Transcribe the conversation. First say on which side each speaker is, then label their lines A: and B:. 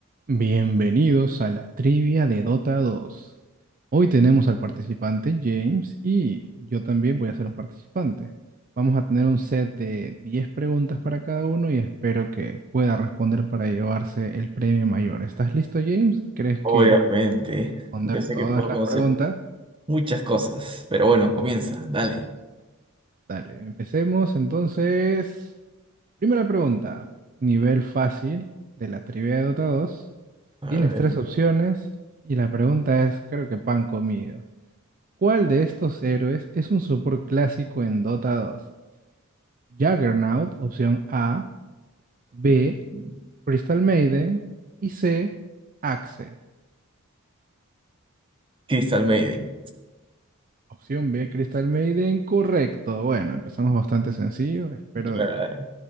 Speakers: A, on the right; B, on the right.
A: Bienvenidos a la trivia de Dota dos. Hoy tenemos al participante James y yo también voy a ser un participante. Vamos a tener un set de 10 preguntas para cada uno y espero que pueda responder para llevarse el premio mayor. ¿Estás listo, James? ¿Crees
B: Obviamente,
A: que puedo responder
B: yo sé
A: todas
B: que puedo
A: las
B: conocer
A: preguntas?
B: muchas cosas, pero bueno, comienza, dale.
A: Dale, empecemos entonces. Primera pregunta, nivel fácil de la trivia de Dota dos.
B: A
A: Tienes
B: ver.
A: tres opciones y la pregunta es, creo que pan comido. ¿Cuál de estos héroes es un support clásico en Dota 2? Juggernaut, opción A, B,
B: Mm.
A: Crystal Maiden y C, Axe.
B: Crystal Maiden.
A: Opción B, Crystal Maiden, correcto. Bueno, empezamos bastante sencillo. Espero
B: Claro.
A: de que